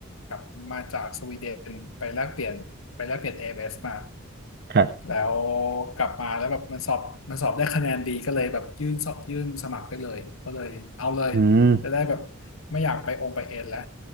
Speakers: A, on the left; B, on the right.
A: กลับมาจากสวีเดนไปแลกเปลี่ยนไปแลกเปลี่ยน a อ s มา
B: ครับ
A: แล้วกลับมาแล้วแบบมันสอบมันสอบได้คะแนนดีก็เลยแบบยื่นสอบยื่นสมัครได้เลยก็เลยเอาเลย
B: อืม
A: จะได้แบบไม่อยากไปองค์ไปเอ็นแล้ว